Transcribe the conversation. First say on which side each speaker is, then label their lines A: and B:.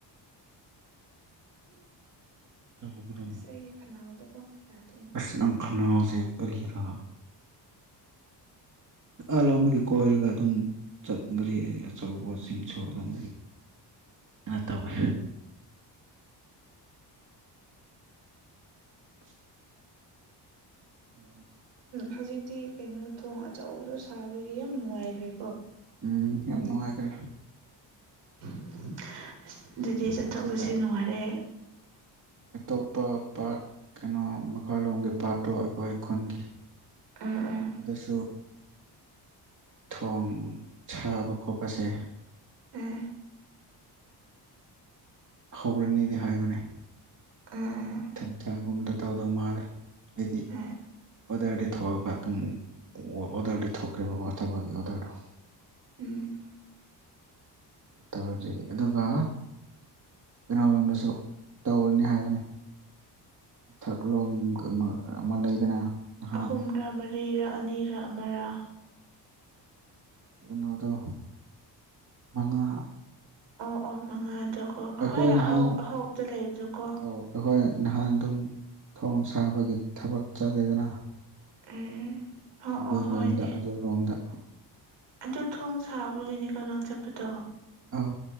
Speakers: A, on the right; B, on the right.
A: ꯇꯧꯕ꯭ꯔꯣ
B: ꯁ ꯑꯩꯒꯤ ꯈꯅꯥꯎꯗꯣꯀꯣ ꯌꯥꯗ꯭ꯔꯤꯅꯦ
A: ꯑꯁ ꯅꯪ ꯈꯅꯥꯎꯁꯦ ꯀꯔꯤꯔꯥ ꯑ ꯂꯝꯕꯒꯤ ꯀꯣꯏꯔꯒ ꯑꯗꯨꯝ ꯆꯠꯈ꯭ꯔꯔꯤ ꯑꯩ ꯑꯆꯧꯕꯁꯤꯡꯁꯨ ꯑꯗꯨꯝ ꯑ ꯇꯧꯕ <inaudible> <unintelligible> ꯑꯗꯣ
B: ꯍꯧꯖꯤꯛꯇꯤ ꯀꯩꯅꯣ ꯊꯣꯡ ꯑꯆꯧꯕꯗꯣ ꯁꯥꯕꯒꯤ ꯌꯥꯝ ꯅꯨꯡꯉꯥꯏꯈ꯭ꯔꯦ
A: ꯎꯝ ꯌꯥꯝ ꯅꯨꯡꯉꯥꯏꯈ꯭ꯔꯦ
B: ꯑ ꯑꯗꯨꯗꯤ ꯆꯠꯊꯣꯛꯂꯁꯨ
A: ꯑꯗꯨꯒ
B: ꯅꯨꯡꯉꯥꯏꯔꯑꯦ
A: ꯑꯇꯣꯞꯄ ꯄꯥꯠ ꯀꯩꯅꯣ ꯃꯈꯥꯂꯣꯝꯒꯤ ꯄꯥꯠꯇꯣ ꯑꯩꯈꯣꯏ ꯈꯨꯟꯒꯤ
B: ꯑ ꯎꯝ
A: ꯑꯗꯨꯁꯨ ꯊꯣꯡ ꯁꯥꯕ ꯈꯣꯠꯄꯁꯦ
B: ꯎꯝ
A: ꯍꯒꯨꯔꯥꯅꯤꯅꯤꯗꯦꯍꯥꯏ ꯃ
B: ꯎꯝ
A: ꯊꯝꯊꯥꯒꯨꯝꯗ ꯇꯧꯗꯧ ꯃꯥꯜꯂꯦ ꯍꯥꯏꯗꯤ
B: ꯎꯝ
A: ꯑꯣꯗꯔꯗꯤ ꯊꯑ ꯀ ꯇ ꯑꯣꯔꯗꯔꯗꯤ ꯊꯣꯛꯈ꯭ꯔꯦꯕꯕꯥꯥ ꯊꯕꯒꯤ ꯑꯣꯗꯔꯗꯨꯣ
B: ꯎꯝ
A: ꯇꯧꯔꯤ ꯑꯗꯨꯒ ꯀꯅꯥ ꯂꯣꯝꯗꯁꯨ ꯇꯧꯔꯅꯤ ꯍꯥꯏꯕꯅꯤ ꯃꯊꯛꯂꯣꯝ ꯑꯃ ꯂꯩꯗꯅ ꯅꯍꯥꯟ
B: ꯑꯍꯨꯝꯔ ꯃꯔꯤꯔ ꯑꯅꯤꯔ ꯑꯃꯔꯥ
A: ꯀꯩꯅꯣꯗꯣ ꯃꯉꯥ
B: ꯑꯣ ꯑꯣ ꯃꯉꯥꯗꯣꯀꯣ ꯑꯩꯈ꯭ꯋꯥꯏ
A: ꯑꯩꯈꯣꯏ ꯅꯍꯥꯟ
B: ꯑꯍꯧ ꯑꯍꯧꯕꯗ ꯂꯩꯕꯗꯣꯀꯣ
A: ꯑꯧ ꯑꯩꯈꯣꯏ ꯅꯍꯥꯟ ꯑꯗꯨꯝ ꯊꯣꯡ ꯁꯥꯕꯒꯤ ꯊꯕꯛ ꯆꯠꯂꯗꯅ
B: ꯎꯝ ꯑꯣ
A: ꯑꯗꯨ
B: ꯑꯣ ꯍꯣꯏꯅꯦ
A: ꯂꯣꯝꯗ ꯑꯗꯨ ꯂꯣꯝꯗ
B: ꯑꯗꯨ ꯊꯣꯡ ꯁꯥꯕꯒꯤꯅꯦ ꯀꯗꯣ ꯆꯠꯄꯗꯣ
A: ꯑ